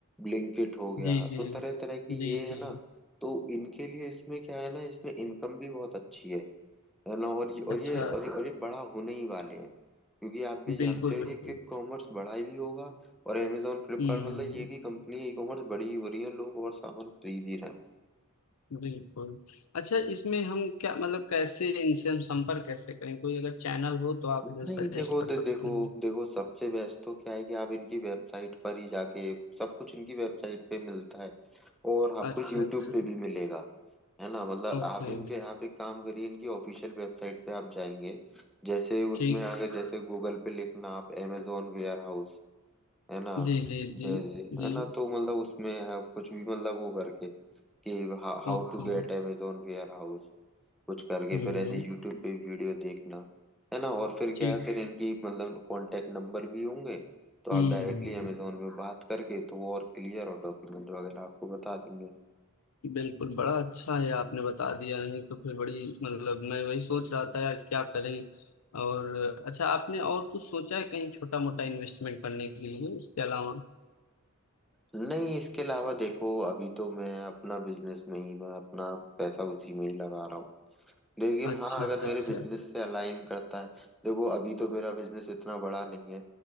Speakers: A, in the centre; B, on the left.
A: ब्लिंकिट हो गया
B: जी जी
A: तो तरह तरह की
B: जी
A: ये है
B: जी
A: ना तो इनके लिए इसमें क्या है ना इसमें इनकम भी बहुत अच्छी है है ना और ये
B: अच्छा
A: और ये और ये और ये बड़ा होने ही वाले हैं क्योंकि आप भी जानते
B: बिल्कुल
A: हो
B: बिल्कुल
A: ये कि कॉमर्स बड़ा भी होगा और अमेजोन फ्लिपकार्ट
B: हम्म
A: मतलब ये भी कंपनी ई कॉमर्स बड़ी ही हो रही है लोग और सामान खरीद ही रहे हैं
B: बिल्कुल अच्छा इसमें हम क्या मतलब कैसे इनसे हम संपर्क कैसे करें कोई अगर चैनल हो तो आप
A: नहीं
B: मुझे सजेस्ट
A: देखो
B: कर
A: दे,
B: सकते
A: देखो
B: हैं
A: देखो सबसे बेस्ट तो क्या है कि आप इनकी वेबसाइट पर ही जाके सब कुछ इनकी वेबसाइट पे मिलता है और आपको
B: अच्छा
A: यूट्यूब
B: अच्छा
A: पे भी मिलेगा है ना मतलब
B: ओके
A: आप इनके आप एक काम करिए इनकी ऑफिशियल वेबसाइट पे आप जाएंगे जैसे
B: ठीक
A: उसमें अगर जैसे गूगल पे लिखना आप अमेजोन वेयर हाउस है ना
B: जी जी जी
A: जैसे
B: जी
A: है ना तो मतलब उसमें आप कुछ भी मतलब वो करके कि how
B: ओके
A: to get Amazon warehouse कुछ करके
B: हम्म
A: फिर ऐसे
B: हम्म,
A: यूट्यूब पे वीडियो देखना है ना और फिर
B: ठीक
A: क्या है फिर इनकी मतलब कांटेक्ट नंबर भी होंगे तो आप
B: हम्म
A: डायरेक्टली अमेजोन में बात करके तो वो और क्लियर और डॉक्यूमेंट वगैरह आपको बता देंगे
B: बिल्कुल बड़ा अच्छा है आपने बता दिया नहीं तो फिर बड़ी मतलब मैं वही सोच रहा था यार क्या करें और अच्छा आपने और कुछ सोचा है कहीं छोटा मोटा इन्वेस्टमेंट करने के लिए इसके अलावा
A: नहीं इसके अलावा देखो अभी तो मैं अपना बिजनेस में ही मैं अपना पैसा उसी में ही लगा रहा हूँ लेकिन
B: अच्छा
A: हाँ अगर मेरे
B: अच्छा
A: बिजनेस से अलाइन करता है देखो अभी तो मेरा बिजनेस इतना बड़ा नहीं है